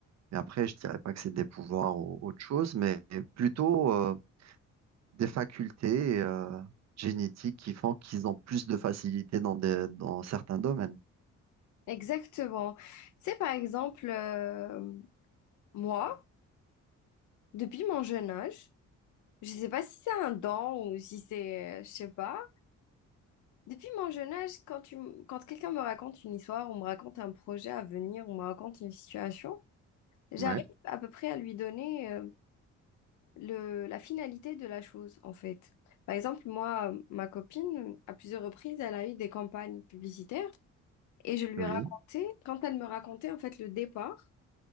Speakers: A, on the right; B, on the left.
A: Mais après, je dirais pas que c'est des pouvoirs ou autre chose, mais plutôt, euh, des facultés, euh, génétiques qui font qu'ils ont plus de facilité dans des, dans certains domaines.
B: Exactement. Tu sais, par exemple, euh, moi, depuis mon jeune âge, je sais pas si c'est un don ou si c'est, euh, je sais pas, Depuis mon jeune âge, quand tu, m- quand quelqu'un me raconte une histoire, on me raconte un projet à venir, on me raconte une situation, j'arrive
A: Ouais,
B: à peu près à lui donner euh, le, la finalité de la chose, en fait. Par exemple, moi, ma copine, à plusieurs reprises, elle a eu des campagnes publicitaires et je lui
A: oui.
B: ai raconté, quand elle me racontait en fait le départ